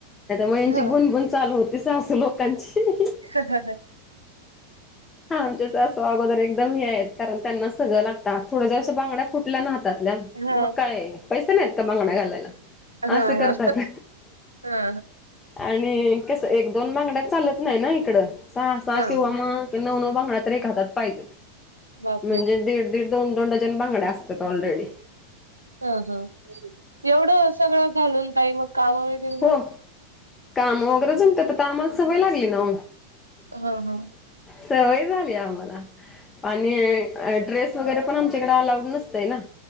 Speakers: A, on the left; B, on the right.
A: नाहीतर हिंची
B: हा
A: बुणबुन चालू होते सहास लोक. कंची.
B: हा
A: हा आमच्याच असं अगोदर एकदम हे आहेत, कारण त्यांना सगळं लातात थोड्या ज्याशा बगड्या फट. फूटल्या ना हातातल्या
B: हा
A: मग काय पैसा नाहीत का बांगण्या घालायला.
B: हा
A: असं करतात
B: हा हा
A: आणि. कसं एक दोन बांगड्या चालत नाही ना इकडं, सहा सहा
B: हा
A: किंवा
B: हा
A: मग.. नऊ नऊ बांगडा तर एक हातात पाहिजेत,
B: बापरे
A: म्हणजे दीड. दोन दोन डजन बांगडे असतात ऑलरेडी.
B: हा हा एवढं सगळं घालून ताई मग काम. जम
A: हो काम वगैरे जमतात तर आम्हाला सवय लागली ना.
B: हा हा.
A: सवय झाली आम्हाला, आणि ड्रेस वगैरे पण आमच्याकडे अलाउड. नसतय ना,